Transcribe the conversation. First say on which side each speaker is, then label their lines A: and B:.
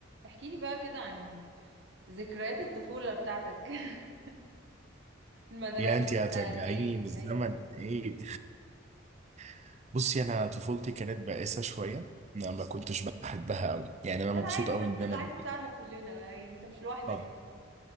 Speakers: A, on the right; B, on the right.
A: احكي لي بقى كده عن ذكريات الطفولة بتاعتك <laughs> المدرسة
B: يا انت هترجعيني
A: النادي
B: بالزمن
A: أي حاجة
B: ايه <laughs> بصي انا طفولتي كانت بائسه شويه انا ما كنتش بحبها قوي يعني انا
A: ده
B: مبسوط
A: العادي
B: قوي
A: ده بتاع-
B: ان انا
A: العادي
B: كبير
A: بتاعنا كلنا يعني انت مش لوحدك
B: اه
A: يعني.